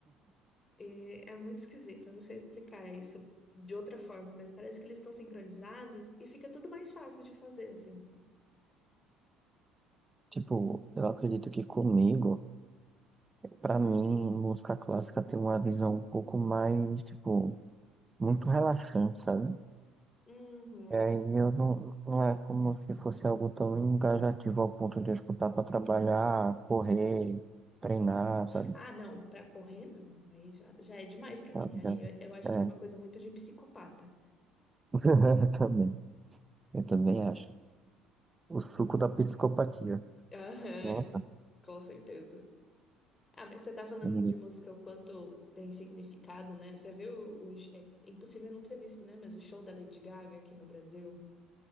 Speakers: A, on the left (about 25°); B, on the right (about 15°).
A: E é muito esquisito, eu não sei explicar isso de outra forma, mas parece que eles estão sincronizados e fica tudo mais fácil de fazer, assim.
B: tipo, eu acredito que comigo, pra mim, música clássica tem uma visão um pouco mais, tipo, muito relaxante, sabe?
A: Uhum.
B: E aí eu não, não é como se fosse algo tão engajativo ao ponto de eu escutar pra trabalhar, correr, treinar, sabe?
A: Ah, não, para correr não, aí já, já é demais para
B: Tá
A: mim.
B: ligado?
A: Aí eu, eu acho
B: É,
A: que é uma coisa muito de psicopata.
B: <laughs> também, eu também acho. O suco da psicopatia.
A: Aham,
B: Nossa,
A: com certeza. Ah, mas você tá falando
B: e,
A: de música o quanto tem significado, né? Você viu os... É é impossível não ter visto, né? Mas o show da Lady Gaga aqui no Brasil,